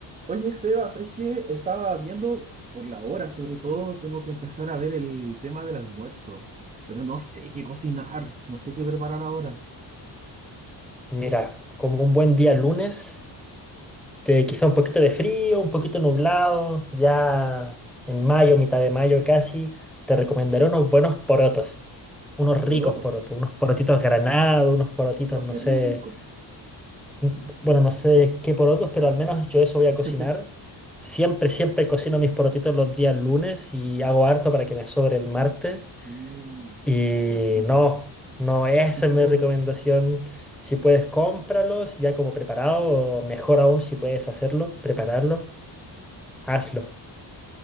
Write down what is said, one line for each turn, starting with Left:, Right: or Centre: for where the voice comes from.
Right: Oye, Sebas, es que estaba viendo por la hora, sobre todo tengo que empezar a ver el tema del almuerzo, pero no sé qué cocinar, no sé qué preparar ahora.
Centre: Mira, como un buen día lunes, de quizá un poquito de frío, un poquito nublado, ya en mayo, mitad de mayo casi, te recomendaré unos buenos porotos, unos ricos
Right: Porotos.
Centre: porotos, unos porotitos granados, unos porotitos,
Right: Oh,
Centre: no
Right: qué
Centre: sé,
Right: rico.
Centre: n- bueno, no sé qué porotos, pero al menos yo eso voy a
Right: <laughs>
Centre: cocinar. Siempre, siempre cocino mis porotitos los días lunes y hago harto para que me sobre el martes.
Right: Mm,
Centre: Y
Right: qué rico.
Centre: no, no, esa
Right: <laughs>
Centre: es mi recomendación. Si puedes, cómpralos ya como preparado, o mejor aún si puedes hacerlo, prepararlo, hazlo.